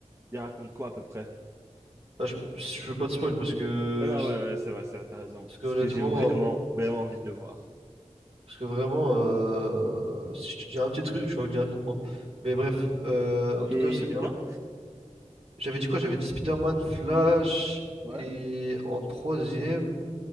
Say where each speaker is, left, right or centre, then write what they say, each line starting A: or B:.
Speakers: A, on the right (about 25°); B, on the right (about 55°).
A: Il raconte quoi à peu près?
B: Ah, je, je veux pas te spoil parce que.
A: Ah, non, ouais, ouais, c'est vrai, c'est vrai, t'as raison.
B: Parce que
A: Parce
B: honnêtement.
A: que j'ai vraiment,
B: euh,
A: vraiment envie de le voir.
B: Parce que vraiment, euh, si je te dis un petit truc, tu vas direct comprendre. Mais bref, euh,
A: Mais
B: en tout cas, c'est
A: il
B: bien.
A: est bien.
B: J'avais dit quoi? J'avais dit Spider-Man, Flash.
A: Ouais.
B: Et en troisième.